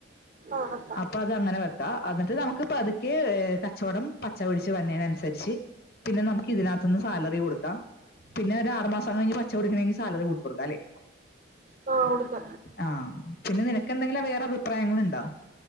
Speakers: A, on the right (about 40°); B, on the left (about 50°).
A: ആഹ്
B: അപ്പൊ അത് അങ്ങനെ വെക്കാം എന്നിട്ട് നമുക്ക് പതുക്കെ കച്ചവടം പച്ച പിടിച്ച് വരുന്നെനനുസരിച്ച് പിന്നെ നമുക്ക് ഇതിനകത്ത് നിന്ന് സാലറി കൊടുക്കാം. പിന്നെ ഒരു ആറ് മാസം കഴിഞ്ഞ് പച്ചടിക്കണെങ്കിൽ സാലറി കൂട്ടി കൊടുക്കാല്ലേ
A: ആ കൊടുക്ക
B: ആഹ് പിന്നെ നിനക്ക് എന്തെങ്കിലും വേറെ അഭിപ്രായങ്ങൾ ണ്ടോ